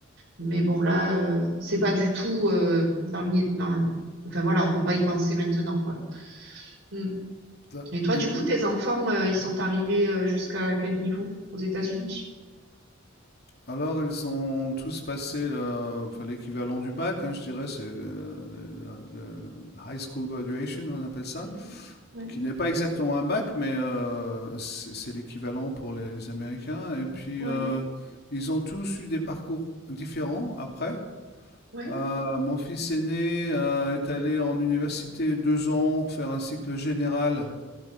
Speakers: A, on the right (about 70°); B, on the left (about 55°).
A: mais bon, là, euh, c'est pas du tout euh, dans le, dans le- Enfin voilà, on peut pas y penser maintenant, quoi. Mm.
B: Ça-
A: Et toi,
B: mais
A: du
B: dis-moi
A: coup, tes enfants, euh, ils sont arrivés euh, jusqu'à quel niveau aux États-Unis?
B: Alors, ils ont tous passé le- enfin, l'équivalent du bac, hein, je dirais, c'est le, le- le- high school graduation, on appelle ça,
A: Mhm. Ouais,
B: qui n'est pas exactement un bac, mais euh, c'est c'est l'équivalent pour les Américains. Et puis,
A: ouais.
B: euh, ils ont tous eu des parcours différents après.
A: Ouais.
B: Euh, mon fils aîné euh, est allé en université deux ans faire un cycle général